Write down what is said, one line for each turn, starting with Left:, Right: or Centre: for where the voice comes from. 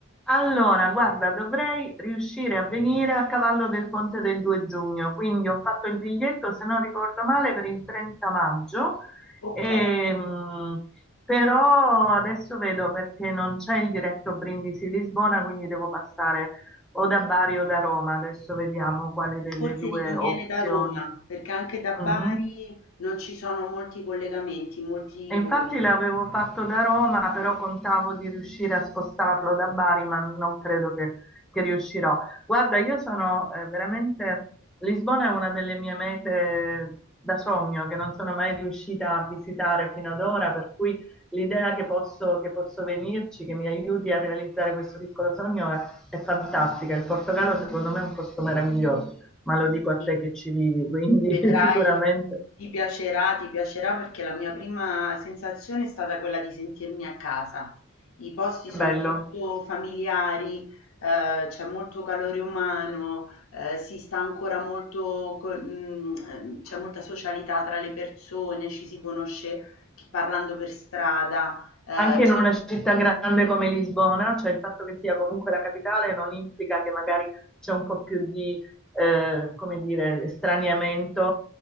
Centre: Allora, guarda, dovrei riuscire a venire a cavallo del ponte del 2 giugno, quindi ho fatto il biglietto, se non ricordo male, per il 30 maggio,
Left: Ok,
Centre: ehm, però adesso vedo perché non c'è il diretto Brindisi-Lisbona, quindi devo passare o da Bari o da Roma, adesso vediamo quale delle
Left: forse
Centre: due
Left: ti conviene
Centre: opzioni.
Left: da Roma, perché anche da
Centre: Mhm.
Left: Bari non ci sono molti collegamenti, molti
Centre: E infatti
Left: voli.
Centre: l'avevo fatto da Roma, però contavo di riuscire a spostarlo da Bari, ma non credo che, che riuscirò. Guarda, io sono eh, veramente... Lisbona è una delle mie mete da sogno che non sono mai riuscita a visitare fino ad ora, per cui l'idea che posso, che posso venirci, che mi aiuti a realizzare questo piccolo sogno è, è fantastica. Il Portogallo secondo me è un posto meraviglioso, ma lo dico a
Left: Sì.
Centre: te che ci vivi, quindi
Left: Vedrai,
Centre: <laughs> sicuramente...
Left: ti piacerà, ti piacerà perché la mia prima sensazione è stata quella di sentirmi a casa. I posti
Centre: Che
Left: sono
Centre: bello.
Left: molto familiari, eh, c'è molto calore umano, eh, si sta ancora molto, col- mm, ehm, c'è molta socialità tra le persone, ci si conosce chi- parlando per strada, eh,
Centre: Anche
Left: c'è
Centre: in una città grande come Lisbona, cioè il fatto che sia comunque la capitale non implica che magari c'è un po' più di, eh, come dire, straniamento.